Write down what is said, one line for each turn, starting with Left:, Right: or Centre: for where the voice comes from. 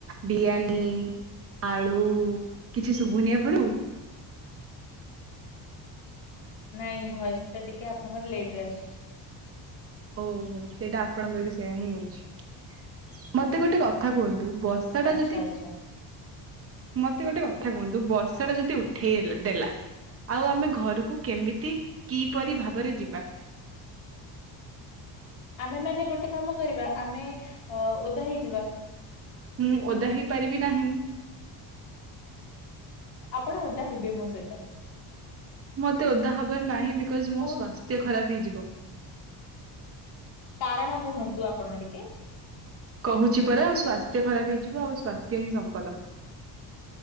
Right: ବିରିୟାନୀ ଆଳୁ । କିଛି ଶୁଭୁନି ଆପଣୁଙ୍କୁ?
Left: ନାଇଁ ଭଏସ ଟା ଟିକେ ଆପଣଙ୍କର ଲେଟ ରେ ଆସୁଛି ।
Right: ଓହୋ ସେଇଟା ଆପଣଙ୍କର ବି ସେୟା ହିଁ ହଉଛି । ମତେ ଗୋଟେ କଥା କୁହନ୍ତୁ? ବର୍ଷା ଟା
Left: ଆଚ୍ଛା
Right: ଯଦି
Left: ଆଚ୍ଛା
Right: ମତେ ଗୋଟେ କଥା କୁହନ୍ତୁ ବର୍ଷା ଟା ଯଦି ଉଠେଇଲ୍-ଦେଲା ଆଉ ଆମେ ଘରକୁ କେମିତି କିପରି ଭାବରେ ଯିବା?
Left: ଆମେମାନେ ଗୋଟେ କାମ କରିବା ଆମେ ଅ-ଓଦା ହେଇଯିବା।
Right: ହୁଁ ଓଦା ହେଇ ପାରିବି ନାହିଁ।
Left: ଆପଣ ଓଦା ହେବେ ମୋ ସହିତ।
Right: ମତେ ଓଦା ହବାର ନାହିଁ। ବିକଜ ମୋ
Left: ମୁଁ
Right: ସ୍ୱାସ୍ଥ୍ୟ ଖରାପ ହେଇଯିବ।
Left: କାରଣ କୁହନ୍ତୁ ଆପଣ ଟିକେ
Right: କହୁଛି ପରା ମୋ ସ୍ୱା ସ୍ୱାସ୍ଥ୍ୟ ଖରାପ ହେଇଯିବ। ଆଉ ସ୍ୱାସ୍ଥ୍ୟ ହିଁ ସମ୍ପଦ।